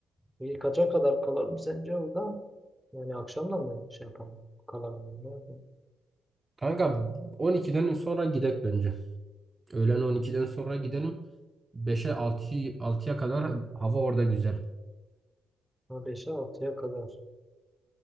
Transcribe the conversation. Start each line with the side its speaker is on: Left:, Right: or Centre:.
Centre: peki kaça kadar kalalım sence orada? Yani akşamda mı şey yapalım? Kalalım. Ne yapalım?
Right: Kanka 12'den sonra gidek bence. Öğlen 12'den sonra gidelim. beşe altıya 6'ya kadar hava orada güzel.
Centre: Ha, Beşe altıya kadar.